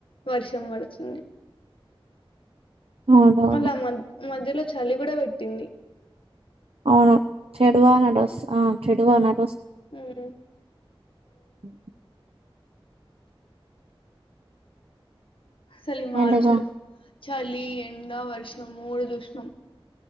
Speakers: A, on the left; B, on the right.
A: వర్షం పడుతుంది
B: అవునవును
A: అలా మ మధ్యలో చలి కూడా పెట్టింది
B: అవును చెడవా నడస్ ఆ చెడువా అ
A: మ్మ్
B: అ
A: సలిమాచ్చలో
B: ఎండగా
A: చలి ఎండా వర్షము మూడు చూసినాం